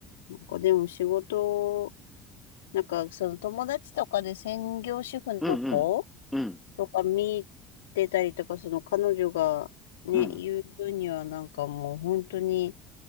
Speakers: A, on the left (about 70°); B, in the centre.
A: なんかでも仕事、なんかその友達とかで専業主婦の子
B: うんうん、うん、
A: とか見てたりとか、その彼女がね、
B: うん、
A: 言う分にはなんかもう本当に